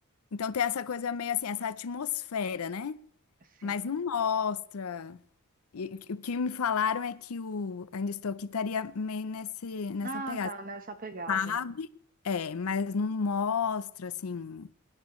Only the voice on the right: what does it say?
sim.
Ah,
tá, nessa pegada.